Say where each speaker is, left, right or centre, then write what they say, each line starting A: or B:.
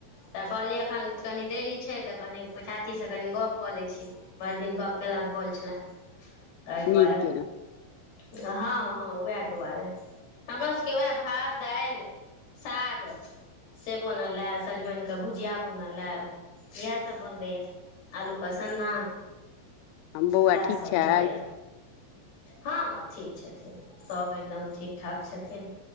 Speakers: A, on the left; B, on the left.
A: तऽ कहलियै एखन कनि देरी छै छै तऽ कनि चाचीसँ कनी गप्प कऽ लै छी, बरि दिन गप्प कयला भऽ छलए। आइ दुआारे
B: नीक
A: हँ,
B: केलहुँ
A: हँ, उएह दुआरे, हमरो सबके उएह भात दाइल, साग से बनल हए, सजमनि के भुजिया बनल हए इएह सभ बनलैए आलू के सन्ना
B: बौआ
A: सएह
B: ठीक
A: सभ
B: छथि
A: भेलैए हँ, ठीक छथिन, सभ एकदम ठीक ठाक छथिन।